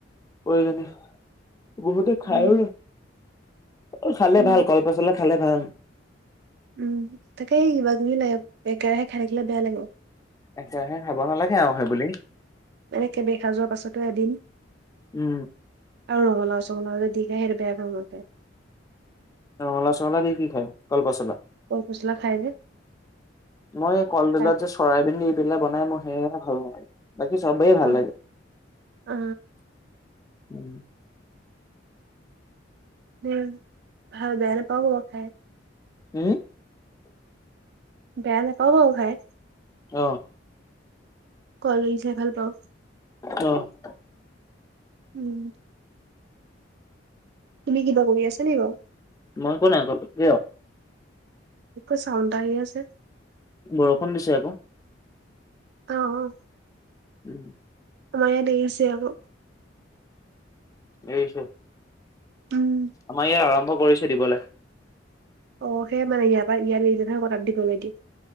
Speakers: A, on the left (about 20°); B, on the right (about 60°).
A: প্ৰয়োজনীয়, বহুতে
B: উম
A: খাইও। অ' খালে
B: উম
A: ভাল, কল পচলা খালে ভাল।
B: উম, তাকেই কিবা-কিবি লাগে, একেৰাহে খাই থাকিলে বেয়া লাগে।
A: একেৰাহে খাব নালাগে আৰু সেইবুলি।
B: এনেকে দেখা যোৱাৰ পাছতো এদিন।
A: উম।
B: আৰু ৰঙালাও-চঙালাও যে দি খাই, সেইটো মই বেয়া পাওঁ, খায়।
A: ৰঙলা-চঙলা দি কি খায়, কলপচলা?
B: কল পচলা খাই যে
A: মই
B: খাই
A: <unintelligible> চয়াবিন দি পেলাই বনাই মোৰ সেয়েহে ভাল নালাগে। বাকি চবেই ভাল
B: অ
A: লাগে।
B: অ
A: উম,
B: বিন ভাল, বেয়া নাপাওঁ বাৰু খাই।
A: উম।
B: বেয়া নাপাওঁ বাৰু খাই।
A: অহ।
B: কলডিল খাই ভাল পাওঁ।
A: অ'।
B: উম। তুমি কিবা কৰি আছা নিকি বাৰু?
A: মই একো নাই কৰা।
B: একো, চাউণ্ড এটা আহি আছে।
A: বৰষুণ দিছে আকৌ।
B: অ' অ'।
A: উম।
B: আমাৰ ইয়াত এৰিছে আকৌ।
A: এৰিছে?
B: উম।
A: আমাৰ ইয়াত আৰম্ভ কৰিছো দিবলে।
B: অ সেয়া মানে ইয়াৰ পৰা ইয়াৰ নিদিয়ে নহয় তাত দিবগে দি-